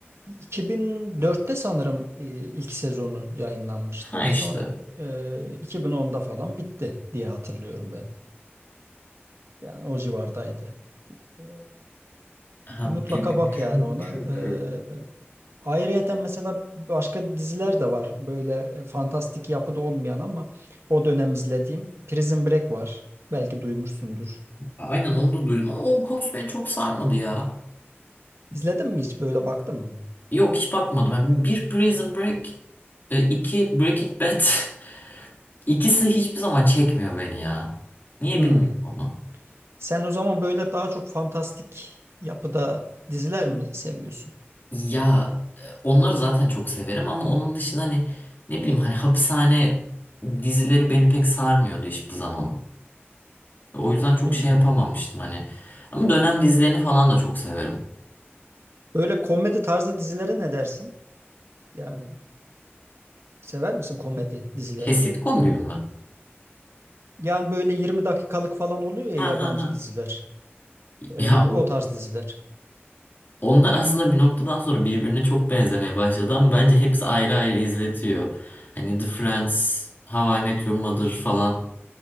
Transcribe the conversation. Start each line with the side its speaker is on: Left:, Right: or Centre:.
Right: 2004'te sanırım e, ilk sezonu yayınlanmıştı.
Left: Ha işte.
Right: Sonra e, 2010'da falan bitti diye hatırlıyorum ben. Yani o civardaydı. E,
Left: Ha
Right: Mutlaka
Left: bir,
Right: bak
Left: Düşünüyorum
Right: yani ona.
Left: çünkü.
Right: E, Ayrıyeten mesela başka diziler de var. Böyle fantastik yapıda olmayan ama o dönem izlediğim Prison Break var. Belki duymuşsundur.
Left: Aynen onu da duydum ama onun konusu beni çok sarmadı ya.
Right: İzledin mi hiç böyle baktın mı?
Left: Yok hiç bakmadım. Yani bir Prison Break, e, iki Breaking Bad. <laughs> İkisi hiçbir zaman çekmiyor beni ya. Niye
Right: Hmm.
Left: bilmiyorum ama.
Right: Sen o zaman böyle daha çok fantastik yapıda diziler mi seviyorsun?
Left: Ya e, onları zaten çok severim ama onun dışında hani ne bileyim hani hapishane dizileri beni pek sarmıyordu hiçbir zaman. O yüzden çok
Right: Hmm.
Left: şey yapamamıştım hani. Ama dönem dizilerini falan da çok severim.
Right: Böyle komedi tarzı dizilere ne dersin? Yani sever misin komedi dizilerini?
Left: Şey sitcom gibi mi?
Right: Yani böyle 20 dakikalık falan oluyor ya
Left: Ha
Right: yabancı
Left: ha ha.
Right: diziler. Ee,
Left: Ya
Right: o tarz diziler.
Left: Onlar aslında bir noktadan sonra birbirine çok benzemeye başladı ama bence hepsi ayrı ayrı izletiyor. Hani The Friends, How I Met Your Mother falan